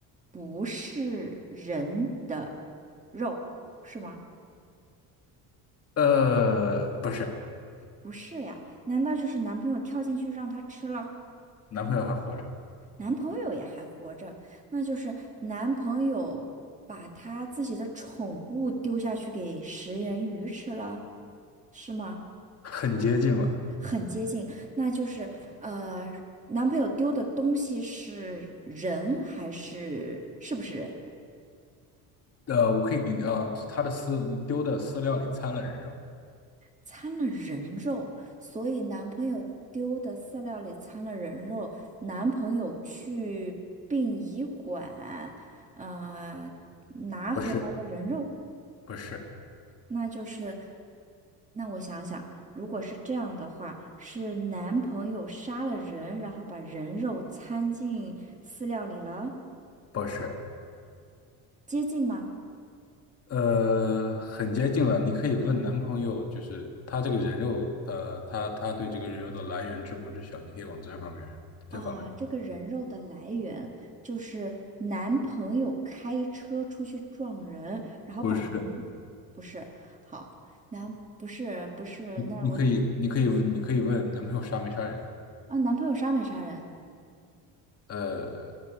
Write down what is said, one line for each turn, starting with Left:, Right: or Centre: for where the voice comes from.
Right: 不是人的肉，是吗？
Left: 呃，不是，
Right: 不是呀，难道就是男朋友跳进去让他吃了？
Left: 男朋友还活着，
Right: 男朋友也还活着，那就是男朋友把他自己的宠物丢下去给食人鱼吃了，是吗？
Left: 很接近了，
Right: 很接近，那就是呃，男朋友丢的东西是人还是是不是人？
Left: 呃，我可以给你，呃，他的饲丢的饲料里掺了人肉，
Right: 掺了人肉，所以男朋友丢的饲料里掺了人肉，男朋友去殡仪馆，呃，拿回来了人肉。
Left: 不是，不是，
Right: 那就是，那我想想，如果是这样的话，是男朋友杀了人，然后把人肉掺进饲料里了，
Left: 不是，
Right: 接近吗？
Left: 呃，很接近了。你可以问男朋友，就是他这个人肉，的，他他对这个人肉的来源知不知晓？你可以往这方面，这方面
Right: 啊，这个人肉的来源就是男朋友开车出去撞人，然后把人，
Left: 不是。
Right: 不是，好，男，不是，不是，
Left: 你你可以，
Right: 那我，
Left: 你可以，你可以问男朋友杀没杀人。
Right: 啊，男朋友杀没杀人？
Left: 呃，